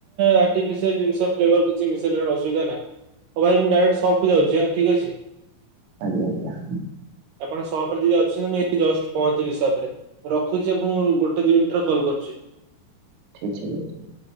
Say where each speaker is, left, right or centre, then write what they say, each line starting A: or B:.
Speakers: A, on the right; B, on the right.
A: ଆଟିଫିସିଆଲଫ୍ଲେଭର ମିଶିଲେ କିଛି ଅସୁବିଧା ନାହିଁ। ଓଉ ଭାଇ ମୁ ଡାଇରେକ୍ଟ ସଫକୁ ଯାଉଛିଁ ଠିକ ଅଛି।
B: ଆଜ୍ଞା ଆଜ୍ଞା।
A: ଆପଣ ସପ୍ ରେ ଯଦି ଅଛନ୍ତି ମୁଁ ଏ ଜଷ୍ଟ ପହଞ୍ଚିଲି ସପ ରେ। ରଖୁଛି ଆପଣ ଗୋଟେ ଗୋଟେ ଦି ମିନିଟରେ କଲ କରୁଛି।
B: ଠିକ ଠିକ ଅଛି।